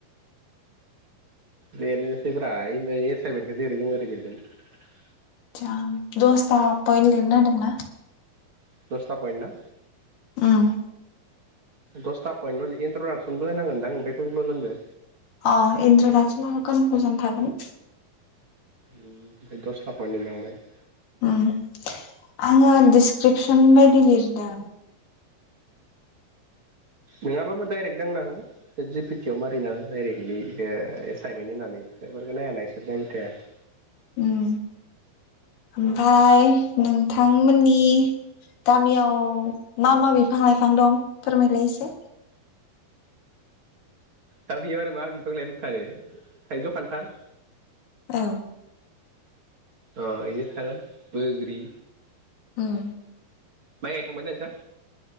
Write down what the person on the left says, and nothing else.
आत्सा दसथा फयेन लिरनो होदोंमोन ना
उम
अ इन्ट्रडक्सन कनक्लुसन थागोन
उम आङो डिसक्रिपसन बायदि लिरदों ।
उम ओमफाय नोंथांमोननि गामियाव मा मा बिफां लाइफां दं । फोरमायलाय एसे
औ
ओं